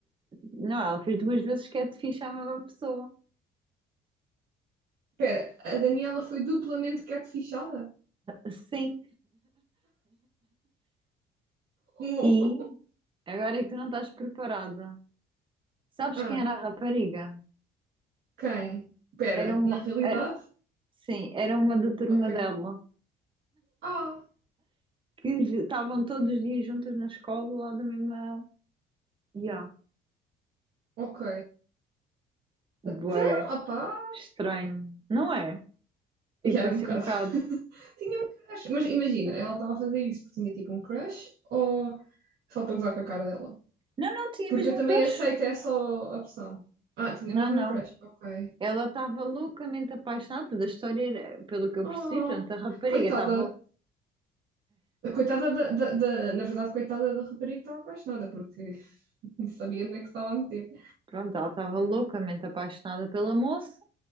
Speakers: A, on the right; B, on the right.
A: não, ela fez duas vezes catfish à mesma pessoa.
B: Espera, a Daniela foi duplamente catfishada?
A: Sim,
B: Como?
A: e
B: <laughs>
A: agora é que tu não estás preparada. Sabes
B: Ah,
A: quem era a rapariga?
B: quem? Espera,
A: Era uma,
B: na realidade?
A: era, sim, era uma da turma
B: Ok.
A: dela,
B: Ah,
A: que j- estavam todos os dias juntas na escola, lá da mesma Ya,
B: ok.
A: bué,
B: Então, opá.
A: estranho, não é? Tipo
B: Já é
A: assim
B: um bocado.
A: um bocado.
B: <laughs> Tinha um crush. Mas imagina, ela estava a fazer isso porque tinha tipo um crush ou só para gozar com a cara dela?
A: Não, não tinha
B: Porque
A: mesmo
B: eu também
A: um crush.
B: aceito essa opção. Ah, tinha
A: Não,
B: mesmo
A: não.
B: um crush, ok.
A: Ela estava loucamente apaixonada, toda a história era, pelo que eu
B: Oh,
A: percebi, portanto, a rapariga
B: coitada.
A: estava,
B: Coitada da, da- da- na verdade, coitada da rapariga que estava apaixonada, porque <laughs> não sabia onde é que se estava a meter.
A: pronto, ela estava loucamente apaixonada pela moça,